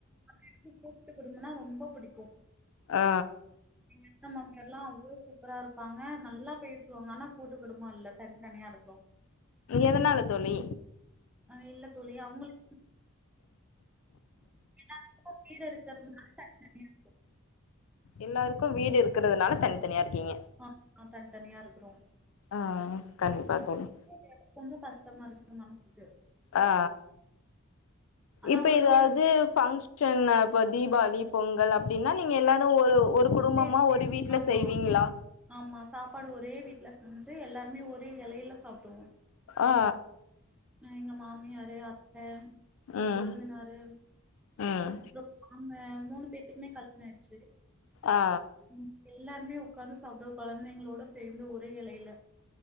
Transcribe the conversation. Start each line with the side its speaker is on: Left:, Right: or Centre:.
Centre: அப்றோ எனக்கு கூட்டு குடும்பனா ரொம்ப புடிக்கு
Left: அ
Centre: இங்க சின்ன மாமியர்லா அவ்ளோ சூப்பரா இருப்பாங்க நல்லா பேசுவாங்க ஆனா கூட்டு குடும்போ இல்ல தனித்தனியா இருக்கோ
Left: எதனால தோழி
Centre: அ இல்ல தோழி அவங்களுக்கு எல்லாத்துக்கு வீடு இருக்றதுனால தனித்தனியா
Left: எல்லாருக்கு வீடு இருக்கிறதுனால தனித்தனியா இருக்கீங்க
Centre: ஆமா தனித்தனியா இருக்றோ
Left: ஆ கண்டிப்பா தோழி
Centre: எனக்கு கொஞ்சோ கஷ்டமா இருக்கு மனசுக்கு
Left: ஆ
Centre: ஆனா
Left: இப்ப
Centre: ஒவ்வொரு
Left: ஏதாவ்து ஃபங்ஷ ஷன்னா இப்ப தீபாளி பொங்கல் அப்டின்னா நீங்க எல்லாரு ஒரு ஒரு குடும்பமா
Centre: திப்
Left: ஒரு வீட்ல
Centre: ஆமா
Left: செய்வீங்களா
Centre: ஆமா சாப்பாடு ஒரே வீட்டுல செஞ்சு எல்லாருமே ஒரே எலையில சாப்டுவோ
Left: ஆ
Centre: எங்க மாமியாரு அத்த
Left: ம்
Centre: கொழுந்தனாரு
Left: ம்
Centre: அப்றோ அவ்ங்க மூணு பேத்துக்குமே கல்யாணோ ஆய்டுச்சு
Left: ஆ
Centre: ம் எல்லாருமே உக்காந்து சாப்டுவோ குழந்தைங்களோட சேர்ந்து ஒரே எலையில